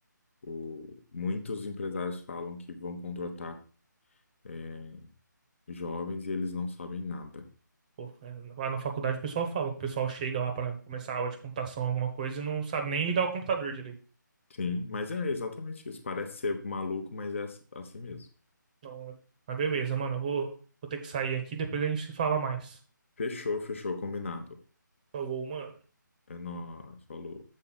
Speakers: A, on the left; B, on the right.
A: o, muitos empresários falam que vão contratar é, jovens e eles não sabem nada.
B: Pô, é, lá na faculdade o pessoal fala que o pessoal chega lá pra começar a aula de computação, alguma coisa, e não sabe nem ligar o computador direito.
A: Sim, mas é exatamente isso. Parece ser maluco, mas é ass- assim mesmo.
B: Então, é- mas beleza, mano, eu vou, vou ter que sair aqui, depois a gente se fala mais.
A: Fechou, fechou, combinado.
B: Falou, mano.
A: É nóis, falou.